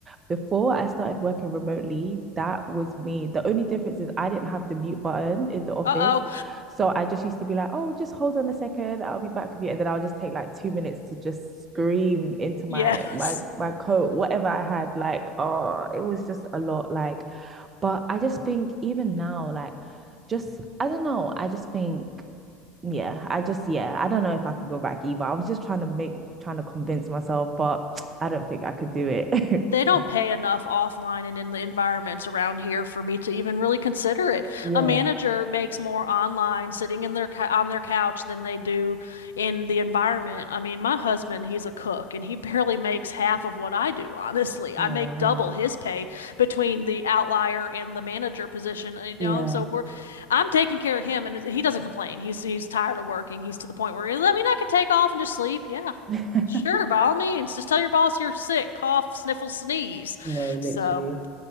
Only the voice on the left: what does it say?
Uh-oh.
Yes.
they
don't pay enough offline and in the environments around here for me to even really consider it.
A manager makes more online sitting in their cou- on their couch than they do in the environment. I mean, my husband, he's a cook and he <laughs> barely makes half of what I do, honestly.
I make
double his pay between the outlier and the manager position, you know,
so we're I'm taking care of him and he doesn't complain. He's he's tired of working. He's to the point where he's, I mean, I could take off and just sleep. Yeah,
Sure, by all means, just tell your boss you're sick, cough, sniffle, sneeze.
So,